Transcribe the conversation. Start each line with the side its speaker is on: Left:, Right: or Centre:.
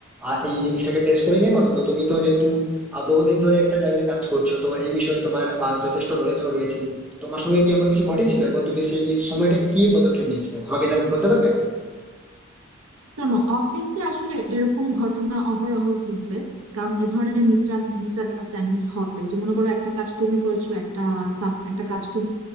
Centre: আহ, এই জিনিসটাকে ফেস করি না এখনো তো তুমি তো যেহেতু আহ, বহুদিন ধরে একটা জায়গায় কাজ করছো তো এই বিষয়ে তোমার আহ, যথেষ্ট নলেজও রয়েছে তোমার সঙ্গে কি এমন কিছু ঘটেছিল এবং তুমি সেই সময়টা কি পদক্ষেপ নিয়েছিলে আমাকে যা- বলতে পারবে একটু
Right: শোনো অফিসে আসলে এরকম ঘটনা অহরহ ঘটবে কারণ এ ধরনের মিসআন্ডারস্ট্যান্ডিং হবে যে মনে করো একটা কাজ তুমি করেছো একটা sub- একটা কাজ তুমি